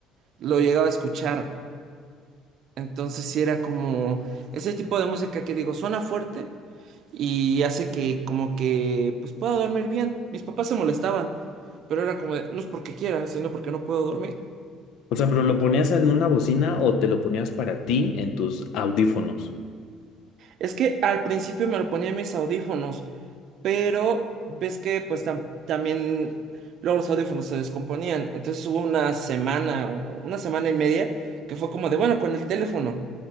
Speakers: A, on the right (about 55°); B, on the left (about 70°).
A: lo llegaba a escuchar. Entonces sí era como ese tipo de música que digo, suena fuerte y hace que como que pues pueda dormir bien. Mis papás se molestaban, pero era como de, no es porque quiera, sino porque no puedo dormir.
B: O sea, pero lo ponías en una bocina o te lo ponías para ti en tus audífonos.
A: Es que al principio me lo ponía en mis audífonos, pero ves que pues tam- también luego los audífonos se descomponían. Entonces hubo una semana, o una semana y media, que fue como de, bueno, con el teléfono.